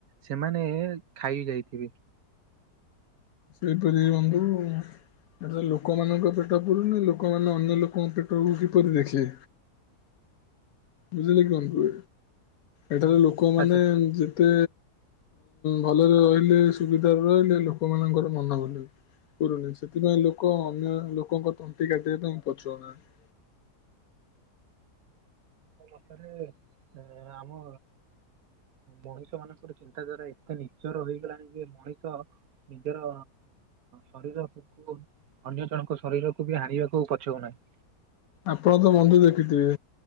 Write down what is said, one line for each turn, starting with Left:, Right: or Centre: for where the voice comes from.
Right: ସେମାନେ ଖାଇ ଯାଇଥିବେ।
Left: ସେହିପରି ବନ୍ଧୁ। ଏଠି ତ ଲୋକମାନଙ୍କ ପେଟ ପୁରୁନି ଲୋକମାନେ ଅନ୍ୟ ଲୋକଙ୍କ ପେଟକୁ କିପରି ଦେଖିବେ। ବୁଝିଲେ କି ବନ୍ଧୁ ।ଏଠାରେ ଲୋକମାନେ
Right: ଆଚ୍ଛା
Left: ଯେ ତେ ଭଲରେ ରହିଲେ ସୁବିଧାରେ ରହିଲେ ଲୋକମାନଙ୍କର ମନ। <unintelligible> ପୁରୁନି ସେଥିପାଇଁ ଲୋକ ଅନ୍ୟ ଲୋକଙ୍କ ତଣ୍ଟି କାଟିବା ପାଇଁ ପଛଉନାହାଁନ୍ତି। <inaudible>
Right: ବାପରେ ଆମ ମଣିଷ ମାନଙ୍କର ଚିନ୍ତାଧାରା ଏତେ ନିଚର ହେଇଗଲାଣି ଯେ ମଣିଷ ନିଜର ଶରୀର କୁ। ଅନ୍ୟ ଜଣଙ୍କ ଶରୀରକୁ ବି ହାରିବାକୁ ପଛଉନାହିଁ।
Left: ଆପଣ ଙ୍କ ବନ୍ଧୁ ଦେଖିଥିବେ।